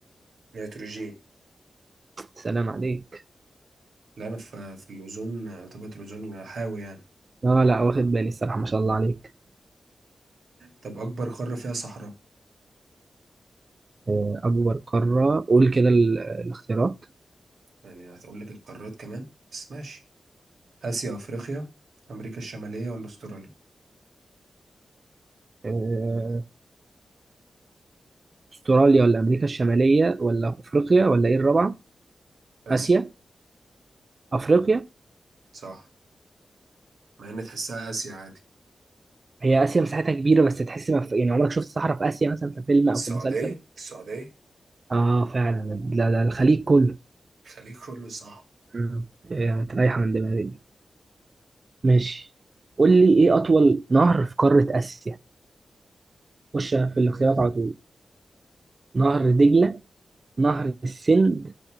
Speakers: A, on the right; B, on the right.
A: نيتروجين
B: سلام عليك
A: لا أنا في في الأوزون آه، طبقة الأوزون حاوي يعني
B: اه لا واخد بالي الصراحه ما شاء الله عليك
A: طب أكبر قارة فيها صحراء
B: آه، اكبر قاره قول كده ال- الاختيارات
A: يعني هتقول لك القارات كمان بس ماشي آسيا أفريقيا أمريكا الشمالية ولا أستراليا
B: آه، استراليا ولا امريكا الشماليه ولا افريقيا ولا ايه الرابعه
A: آسيا
B: اسيا افريقيا
A: صح مع إن تحسها آسيا عادي
B: هي آسيا مساحتها كبيرة بس تحس ما في... يعني عمرك شفت صحراء في آسيا مثلا في فيلم أو
A: السعودية
B: في مسلسل؟
A: السعودية
B: آه فعلا لا لا الخليج كله
A: إيه كله صح
B: مم. يعني رايحة من دماغي دي. ماشي قول لي إيه أطول نهر في قارة آسيا؟ خش في
A: أه
B: الاختيارات على طول نهر دجلة نهر السند